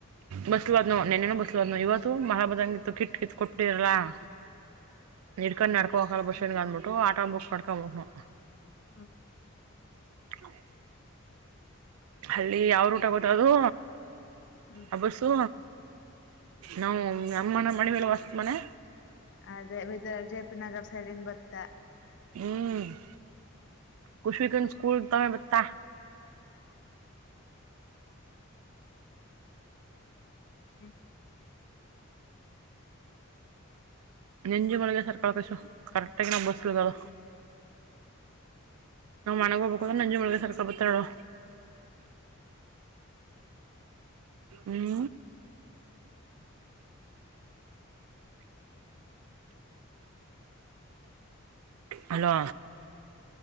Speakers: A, on the right (about 85°); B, on the left (about 60°).
A: ಬಸ್ಲುಹೋದವ ನೆನ್ನ ಬಸ್ಲು ನ ಹೋದ್ನವ ಇವತ್ತು ಮಳೆ <unintelligible> <unintelligible> ಕಿಟ್ ಕಿತ್ ಕೊಟ್ಬ್ <unintelligible> ಇಡ್ಕೊಂಡ್ ನಡ್ಕೋ ಹಗಕ್ ಅಗಲ್ಲ ಬಸ್ಟ್ಯಾಂಡ್ಗೆ ಅಂದ್ಬಿಟ್ಟು ಆಟೋ ಬುಕ್ ಮಾಡ್ಕೊಂಡ್ ಹೋದೋ.
B: ಹ
A: ಹ ಹಳ್ಳಿ ಯಾವ ರೂಟಾಗ್ ಹೋದದು.
B: ಹ್ಮ್
A: ಅಬಸ್ಸು ನಾವು ಅಮ್ಮನ ಮಣಿ ಮೇಲೆ ಹೊಸ್ ಮನೆ.
B: ಅದೇ ವಿದ ಜೆಪಿ ನಗರ್ ಸೈಡಿಂದ ಬತ್ತಾ.
A: ಹ್ಮ್ ಕುಷಿಕನ್ ಸ್ಕೂಲ್ ತವೇ ಬತ್ತಾ.
B: ಹ್ಮ
A: ನೆಂಜು ಮಳೆಗೆ ಸರ್ <unintelligible> ಕರೆಕ್ಟ್ ಆಗಿ ಇರೋ ಬಸ್ಗಳಿದಾವ. ನಾ ಮನಗ್ ಹೋಗಬೇಕು ಅಂದ್ರ ನಂಜು ಮುಳಗ ಸರ್ಕ ಬತ್ತಾಳು. ಹ್ಮ ಹಲೋ